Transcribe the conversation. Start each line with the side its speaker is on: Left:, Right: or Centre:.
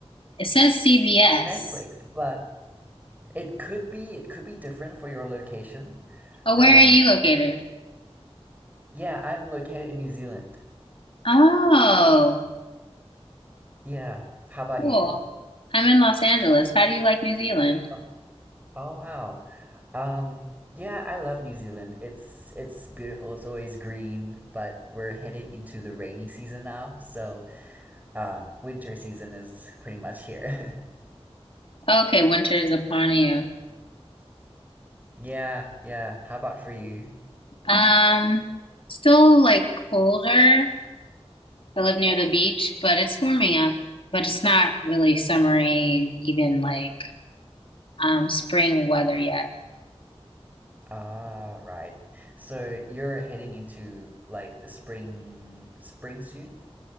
Left: It says CBS.
Right: Netflix, but it could be it could be different for your location.
Left: Oh,
Right: Um,
Left: where are you located?
Right: Yeah, I'm located in New Zealand.
Left: Oh,
Right: Yeah. How about
Left: cool.
Right: you?
Left: I'm in Los Angeles. How do you like New Zealand?
Right: Oh, oh, wow. Um, yeah, I love New Zealand. It's it's beautiful. It's always green, but we're heading into the rainy season now, so um, winter season is pretty much here. <laughs>
Left: Okay, winter is upon you.
Right: Yeah, yeah. How about for you?
Left: Um, still like colder. I live near the beach, but it's warming up. But it's not really summery, even like um spring weather yet.
Right: Ah, right. So you're heading into like the spring spring soon?